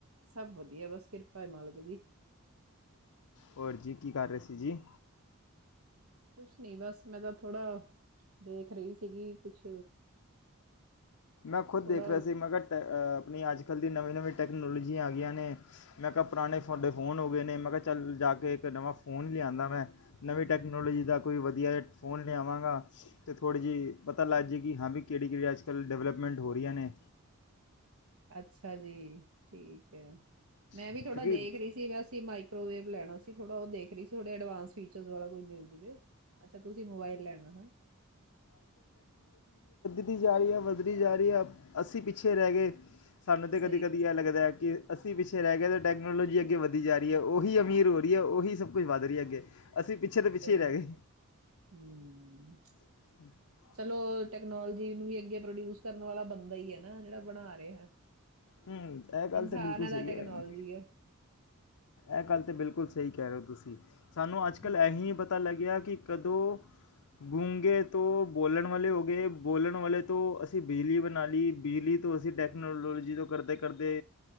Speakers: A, on the right (about 80°); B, on the left (about 85°).
A: ਸਭ ਵਧੀਆ, ਬਸ ਕਿਰਪਾ ਹ ਮਾਲਕ ਦੀ।
B: ਹੋਰ ਜੀ, ਕੀ ਕਰ ਰਹੇ ਸੀ ਜੀ।
A: ਕੁਛ ਨੀ ਬਸ ਮੈਂ ਤਾਂ ਥੋੜਾ ਦੇਖ ਰਹੀ ਸੀਗੀ ਕੁਛ
B: ਮੈਂ ਖੁਦ
A: ਥੋੜਾ
B: ਦੇਖ ਰਿਹਾ ਸੀ ਮੈਂ ਅ ਆਪਣੇ ਮੈ ਅੱਜ ਕੱਲ੍ਹ ਦੀ ਨਵੇਂ-ਨਵੇਂ ਟੈਕਨੋਲਜੀ ਆਗਈਆਂ ਨੇ, ਮੈਂ ਕਿਹਾ ਪੁਰਾਣੇ ਸਾਡੇ ਫੋਨ ਹੋ ਗਏ ਨੇ ਮੈਂ ਕਿਹਾ ਚਲ ਜਾ ਕੇ ਇੱਕ ਨਵਾਂ ਫੋਨ ਲਿਆਂਨਾ ਮੈਂ ਨਵੀਂ ਟੈਕਨੋਲੋਜੀ ਦਾ ਕੋਈ ਵਧੀਆ ਫੋਨ ਲਿਆਵਾਂਗਾ, ਤੇ ਥੋੜੀ ਜਿਹੀ ਪਤਾ ਲੱਗ ਜਾਏਗੀ ਹਾਂ ਵੀ ਕਿਹੜੀ ਕਿਹੜੀ ਅੱਜਕੱਲ ਡਿਵਲਪ <unintelligible> ਹੋ ਰਹੀਆਂ ਨੇ।
A: ਅੱਛਾ ਜੀ, ਠੀਕ ਹੈ, ਮੈਂ
B: ਕਿਉਂਕਿ
A: ਵੀ ਥੋੜਾ ਦੇਖ ਰਹੀ ਸੀ ਮੈਂ ਅਸੀ ਮਾਈਕ <unintelligible> ਲੈਣਾ ਸੀ ਥੋੜਾ ਉਹ ਦੇਖ ਰਹੀ ਸੀ। ਥੋੜੇ ਐਡਵਾਂਸ ਫੀਚਰ ਵਾਲਾ ਕੋਈ ਮਿਲ ਜਾਵੇ, ਅੱਛਾ ਤੁਸੀ ਮੋਬਾਈਲ ਲੈਣਾ ਹੈ।
B: ਵਧਦੀ ਜਾ ਰਹੀ ਹੈ, ਵੱਧਦੀ ਜਾ ਰਹੀ ਹੈ ਅਸੀਂ ਪਿੱਛੇ ਰਹਿ ਗਏ। ਸਾਨੂੰ ਤਾਂ ਕਦੀ-ਕਦੀ
A: ਸਹੀ ਗੱਲ
B: ਇਹ
A: ਹੈ,
B: ਲੱਗਦਾ ਐ ਕਿ ਅਸੀਂ ਵਿ ਪਿੱਛੇ ਰਹਿ ਗਏ ਨੇ ਟੈਕਨੋਲੋਜੀ ਅੱਗੇ ਵਧੀ ਜਾ ਰਹੀ ਹੈ, ਉਹੀ ਅਮੀਰ ਹੋ ਰਹੀ ਹੈ ਉਹੀ ਸ ਕੁਝ ਵਧ ਰਹੀ ਅੱਗੇ ਅਸੀਂ ਪਿੱਛੇ ਤੇ ਪਿੱਛੇ
A: ਸਹੀ
B: ਹੀ ਰਹਿ
A: ਗੱਲ
B: ਗਏ
A: ਐ, ਹੂੰ।
B: <unintelligible>
A: ਚਲੋ ਟੈਕਨੋਲੋਜੀ ਨੂੰ ਵੀ ਅੱਗੇ ਪ੍ਰੋਡਿਊਸ ਕਰਨ ਵਾਲਾ ਬੰਦਾ ਈ ਐ ਨਾ ਜਿਹੜਾ ਬਣਾ ਰਿਹਾ।
B: ਹੂੰ, ਇਹ ਗੱਲ
A: ਇਨਸਾਨ
B: ਤਾਂ ਬਿਲਕੁਲ ਸਹੀ
A: ਦਾ ਟੈਕਨੋਲੋਜੀ
B: ਹੈਗੀ।
A: ਹੈ
B: ਇਹ ਗੱਲ ਤਾਂ ਬਿਲਕੁਲ ਸਹੀ ਕਹਿ ਰਹੇ ਓ ਤੁਸੀਂ। ਸਾਨੂੰ ਅੱਜ ਕੱਲ੍ਹ
A: ਹਮ
B: ਇਹੀ ਹੀ ਪਤਾ ਲੱਗਿਆ ਕਿ ਕਦੋਂ ਗੂੰਗੇ ਤੋਂ ਬੋਲਣ ਵਾਲੇ ਹੋ ਗਏ ਬੋਲਣ ਵਾਲੇ ਤੋਂ ਅਸੀਂ ਬਿਜਲੀ ਬਣਾ ਲਈ ਬਿਜਲੀ ਤੋਂ ਅਸੀਂ ਟੈਕਨੋਲੋਜੀ ਤੋਂ ਕਰਦੇ-ਕਰਦੇ